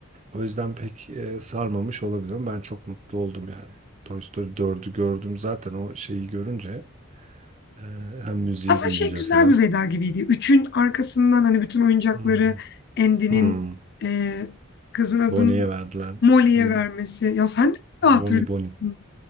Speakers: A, on the right; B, on the left.
A: O yüzden pek e, sarmamış olabilir ama ben çok mutlu oldum yani. Toy Story 4'ü gördüm zaten o şeyi görünce. e, hem müziği
B: Aslında
A: duyunca
B: şey güzel
A: filan.
B: bir veda gibiydi. Üçün arkasından hani bütün oyuncakları
A: Hı hı.
B: Andy'nin
A: Hmm,
B: e, kızın adını
A: Bonnie'ye verdiler.
B: Molly'ye
A: Hmm,
B: vermesi. Ya sen de mi
A: Bonnie
B: hatırlıyorsun
A: Bonnie.